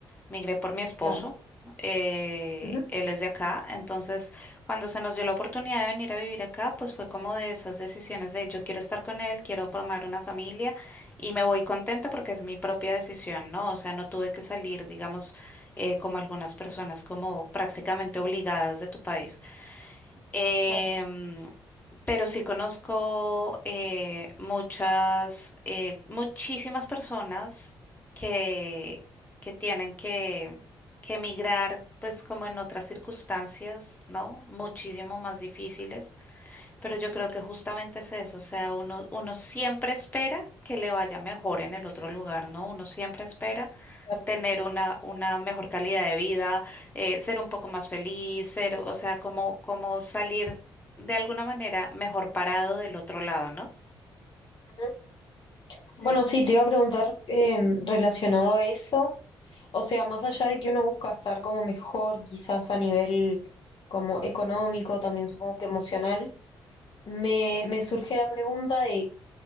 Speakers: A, on the left (about 15°); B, on the left (about 50°).
A: migré por mi esposo.
B: Claro,
A: eh,
B: Ujú.
A: él es de acá, entonces cuando se nos dio la oportunidad de venir a vivir acá, pues fue como de esas decisiones de yo quiero estar con él, quiero formar una familia y me voy contenta porque es mi propia decisión, ¿no? O sea, no tuve que salir, digamos, eh, como algunas personas, como prácticamente obligadas de tu país. Em,
B: claro,
A: pero sí conozco eh, muchas, eh, muchísimas personas que, que tienen que, que emigrar, pues como en otras circunstancias, ¿no? Muchísimo más difíciles, pero yo creo que justamente es eso, o sea, uno, uno siempre espera que le vaya mejor en el otro lugar, ¿no? Uno siempre espera
B: claro.
A: tener una, una mejor calidad de vida, eh, ser un poco más feliz, ser, o sea, como, como salir de alguna manera mejor parado del otro lado, ¿no?
B: Ujú.
A: Sí.
B: Bueno, sí, te iba a preguntar eh, relacionado a eso, o sea, más allá de que uno busca estar como mejor, quizás a nivel como económico, también supongo que emocional, me, me surge la pregunta de